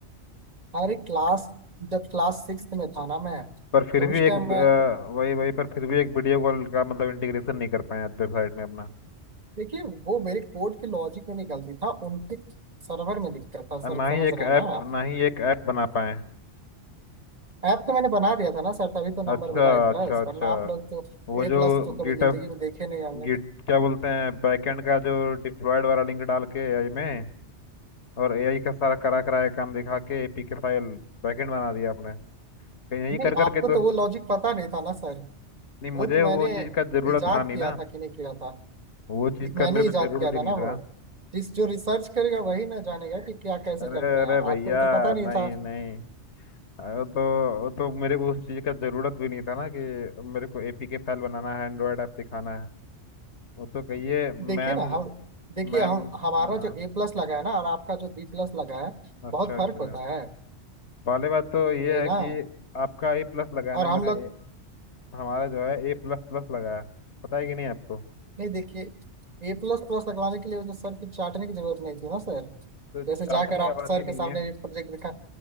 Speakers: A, on the right; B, on the left.
A: अरे क्लास जब क्लास सिक्स में था ना मैं
B: पर फिर
A: तो
B: भी
A: उस
B: एक
A: टाइम
B: ब-
A: मैं
B: अ, वही वही पर फिर भी एक वीडियो कॉल का मतलब इंटीग्रेशन नहीं कर पाए वेबसाइट में अपना
A: देखिए वो मेरे कोड के लॉजिक में निकलती था उनके सर्वर में दिक्कत था
B: और
A: सर
B: ना
A: समझ
B: ही एक
A: रहे
B: ऐप
A: हैं ना आप
B: ना ही एक ऐप बना पाए
A: ऐप तो मैंने बना दिया था ना सर तभी तो नंबर
B: अच्छा
A: मिला ए
B: अच्छा
A: प्लस
B: अच्छा
A: वरना आप लोग तो
B: वो
A: ए
B: जो
A: प्लस तो
B: गिटअप
A: कभी जिंदगी में देखे नहीं हमने
B: गिट क्या बोलते हैं बैकएंड का जो डिप्लॉयड वाला लिंक डाल के एआई में और एआई का सारा करा कराया काम दिखा के एपीके फाइल बैकएंड बना दिया आपने कहीं यही
A: नहीं
B: कर
A: आपको
B: करके तो
A: तो वो लॉजिक पता नहीं था ना सर
B: नहीं मुझे
A: वो तो मैंने
B: वो चीज़ का जरूरत
A: इजाद
B: था नहीं
A: किया
B: ना
A: था कि नहीं किया था
B: वो चीज़
A: ये मैंने
B: का मेरे
A: इजाद
B: को जरूरत
A: किया
B: ही
A: था
B: नहीं
A: ना
B: था
A: वो जिस जो रिसर्च करेगा वही ना जानेगा कि क्या कैसे
B: अरे
A: करते हैं
B: अरे भैया
A: आपको तो पता नहीं
B: नहीं
A: था
B: नहीं अरे तो वो तो मेरे को उस चीज़ का जरूरत भी नहीं था ना कि मेरे को एपीके फाइल बनाना है एंड्रॉयड ऐप दिखाना है वो तो कहिए मैम
A: देखिए ना हम देखिए
B: मैम
A: हम हमारा
B: हाँ हाँ
A: जो ए प्लस लगा है ना और आपका जो बी प्लस लगा है
B: अच्छा
A: बहुत
B: अच्छा
A: फर्क होता है
B: पहली बात तो ये
A: वही
B: है
A: ना
B: कि आपका ए प्लस लगा है
A: और
B: ना
A: हम
B: मेरा
A: लोग
B: ए, हमारा जो है ए प्लस प्लस लगा है पता है कि नहीं आपको
A: नहीं देखिए ए प्लस प्लस लगवाने के लिए वो तो सर की चाटने की जरूरत नहीं थी ना सर
B: तो चाटने
A: जैसे जाकर
B: का
A: आप
B: बात
A: सर
B: ही नहीं
A: के सामने
B: है
A: भी प्रोजेक्ट दिखा